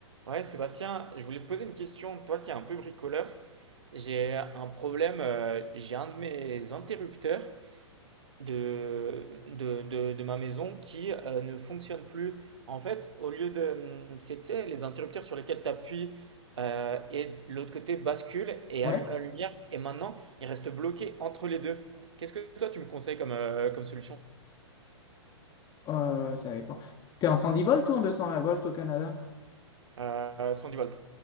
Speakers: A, on the right (about 75°); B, on the left (about 25°).
A: Ouais, Sébastien, je voulais te poser une question. Toi qui es un peu bricoleur, j'ai un problème. euh, j'ai un de mes interrupteurs de, de, de- de ma maison qui euh, ne fonctionne plus. En fait, au lieu de. C'est, tu sais, les interrupteurs sur lesquels tu appuies et de l'autre côté bascule et
B: Ouais,
A: allume la lumière. Et maintenant, il reste bloqué entre les deux. Qu'est-ce que toi tu me conseilles comme, euh, comme solution?
B: euh, ça dépend. T'es en 110 volts ou en 220 volts au Canada?
A: Euh, 110 volts.